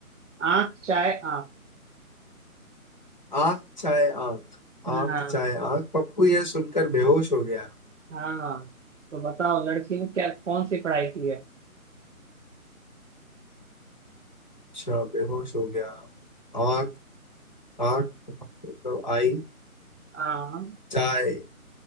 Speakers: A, on the right; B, on the left.
A: आंख चाहे आंख
B: आंख चाहे आंख
A: हाँ
B: आंख चाहे आंख पप्पू यह सुनकर बेहोश हो गया
A: हाँ तो बताओ लड़की ने क्या कौन सी पढ़ाई की है
B: अच्छा बेहोश हो गया आंख आठ मतलब आई
A: हाँ
B: चाय